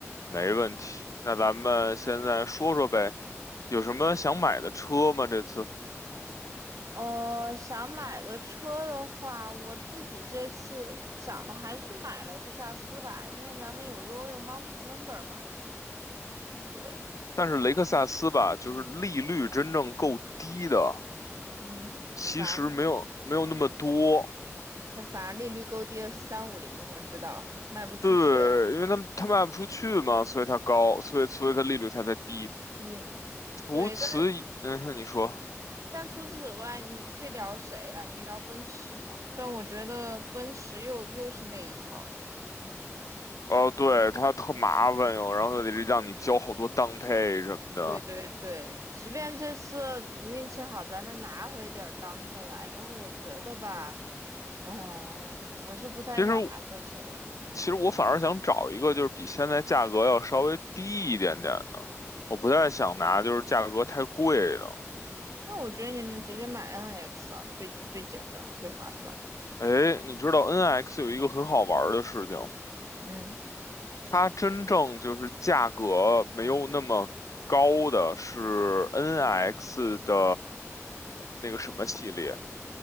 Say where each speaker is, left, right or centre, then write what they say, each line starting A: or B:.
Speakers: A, on the left; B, on the right.
A: 没问题。
B: 嗯，
A: 那咱们现在说说呗，有什么想买的车吗？这次，
B: 呃，想买的车的话，我自己这次想的还是买了克萨斯吧，因为咱们有 Royal Mem- Member 嘛。对，
A: 但是雷克萨斯吧，就是利率真正够低的。
B: 嗯，
A: 其实没有没有那么多，
B: 反正它反正利率够低的是三五零，我知道卖不出去，
A: 对，因为他们他卖不出去嘛，所以它高，所以所以它利率才在低。
B: 低。
A: 除此以，
B: 对，但
A: 嗯哼，你说，
B: 但除此之外，你去聊谁啊？你聊奔驰吗？但我觉得奔驰又又是那一套。
A: 哦，对，它特麻烦哟，然后又得让你交好多当配什么的。
B: 对对对，即便这次运气好，咱能拿回点儿当配来，但我觉得吧，啊、我是不太想拿奔驰了。
A: 其实其实我反而想找一个就是比现在价格要稍微低一点点的，我不太想拿就是价格太贵的。
B: 那我觉得你能直接买 NX 啊，最最简单，最划算。
A: 哎，你知道 NX 有一个很好玩儿的事情。
B: 嗯，
A: 它真正就是价格没有那么高的是 NX 的那个什么系列